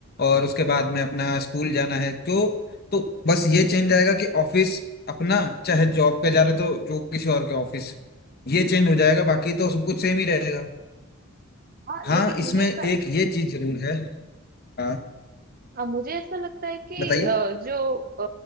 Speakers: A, on the left; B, on the right.
A: और उसके बाद में अपना स्कूल जाना है क्यों तो बस ये चेंज आएगा कि ऑफिस अपना चाहे जॉब पे जा रहे तो जो किसी और के ऑफिस ये चेंज हो जाएगा बाकी तो सब कुछ सेम ही रहेगा
B: हाँ
A: हाँ
B: लेकिन
A: इसमें
B: मुझे ऐसा
A: एक ये चीज जरूर है हाँ
B: अब मुझे ऐसा लगता है कि
A: बताइए
B: अ, जो अ,